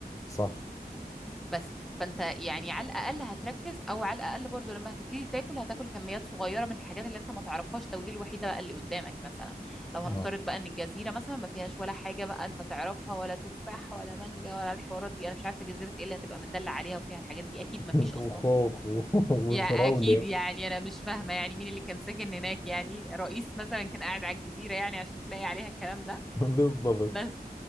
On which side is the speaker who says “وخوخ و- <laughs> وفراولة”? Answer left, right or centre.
Left